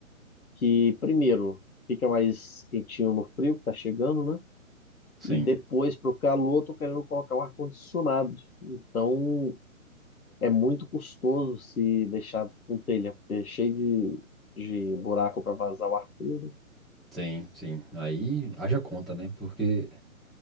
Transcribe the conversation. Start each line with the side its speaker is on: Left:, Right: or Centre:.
Left: que primeiro fica mais quentinho no frio que tá chegando, né?
Centre: Sim,
Left: E depois pro calor, tô querendo colocar o ar-condicionado. Então é muito custoso se deixar com telha, porque é cheio de, de buraco para vazar o ar frio, né?
Centre: sim, sim. Aí haja conta, né? Porque